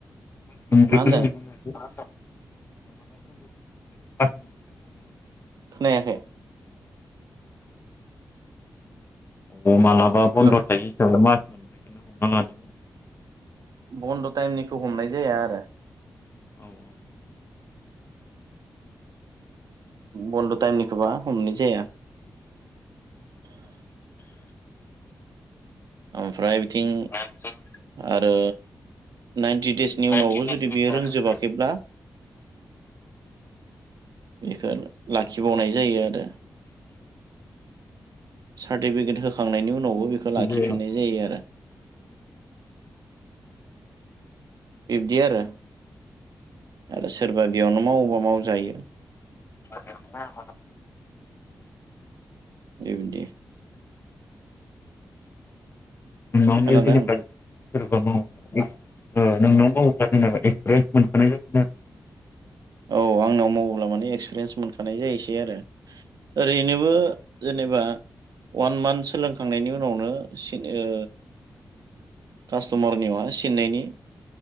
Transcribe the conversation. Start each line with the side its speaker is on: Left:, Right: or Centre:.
Left: मास मोनब्रैखौनो
Right: मा होनदों
Left: हमना <unintelligible> <unintelligible>
Right: खोनायाखै।
Left: अ मालाबा बन्द'
Right: हेलौ
Left: थायो हिसाबै मा <unintelligible>
Right: बन्द' टाइमनिखौ हमनाय जाया आरो
Left: औ औ।
Right: बन्द' टाइमनिखोबा हमनाय जाया। ओमफ्राय बिथिं
Left: बन्द'
Right: आरो नाइन्टि देसनि
Left: थायो हिसाबै
Right: उनावबो जुदि
Left: मास
Right: बेयो
Left: मोनब्रैखौनो
Right: रोंजोबाखैब्ला बेखौ लाखिबावनाय जायो आरो। सार्टिफिकेट होखांनायनि उ नावबो बेखौ
Left: हमना
Right: लाखिफिननाय
Left: लादो
Right: जायो आरो बिब्दि आरो आरो सोरबा बेयावनो मावोबा मावजायो।
Left: <unintelligible>
Right: <unintelligible>
Left: <unintelligible> सोरबा
Right: खोनादों
Left: मावोब्ला ओ नोंनाव मावोब्ला जेनेबा एक्सपिरियेन्स मोनखानाय जासिगोन आरो।
Right: औ आंनाव माव अब्ला माने एक्सपिरियेन्स मोनखानाय जायैसै आरो। ओरैनोबो जेनेबा अवान मान्थ सोलोंखांनायनि उनावनो सिन ओ कास्टमारनियावहाय सिननायनि